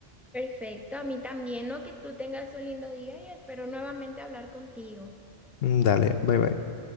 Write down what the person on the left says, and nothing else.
Mm, Dale, bye bye.